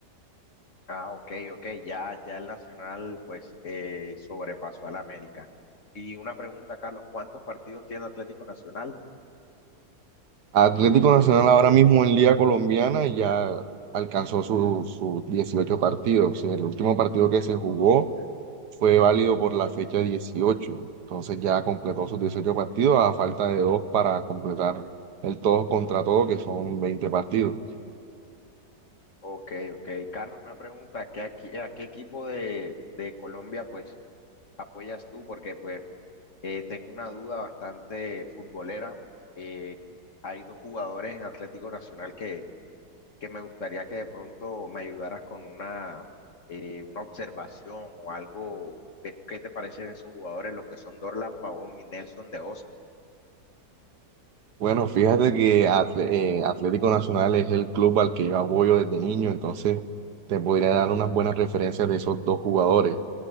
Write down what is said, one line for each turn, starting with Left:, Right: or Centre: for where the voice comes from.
Left: Ah, ok, ok, ya, ya el Nacional pues eh, sobrepasó al América. Y una pregunta, Carlos, ¿cuántos partidos tiene Atlético Nacional?
Right: Atlético Nacional ahora mismo en Liga Colombiana ya alcanzó su- sus 18 partidos. El último partido que se jugó fue válido por la fecha dieciocho, Entonces ya completó sus 18 partidos a falta de dos para completar el todos contra todo, que son 20 partidos.
Left: Ok, ok. Carlos, una pregunta, ¿qué, aquí- a qué equipo de, de Colombia pues apoyas tú? Porque pues Eh, tengo una duda bastante futbolera. Eh, hay dos jugadores en Atlético Nacional que, que me gustaría que de pronto me ayudaras con una, eh, una observación o algo de qué te parecen esos jugadores, lo que son Dorlan Pavón y Nelson de Osa.
Right: Bueno, fíjate que Atle- eh, Atlético Nacional es el club al que yo apoyo desde niño, entonces te podría dar unas buenas referencias de esos dos jugadores.